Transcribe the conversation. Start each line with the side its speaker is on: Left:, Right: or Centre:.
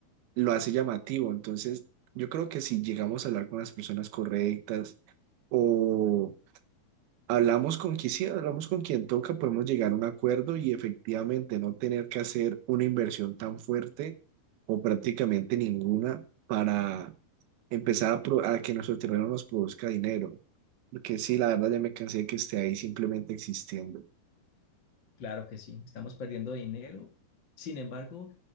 Right: lo hace llamativo. Entonces, yo creo que si llegamos a hablar con las personas correctas o Hablamos con quien sí, hablamos con quien toca, podemos llegar a un acuerdo y efectivamente no tener que hacer una inversión tan fuerte o prácticamente ninguna para empezar a, pro- a que nuestro terreno nos produzca dinero. Porque sí, la verdad ya me cansé de que esté ahí simplemente existiendo.
Left: Claro que sí, estamos perdiendo dinero. Sin embargo,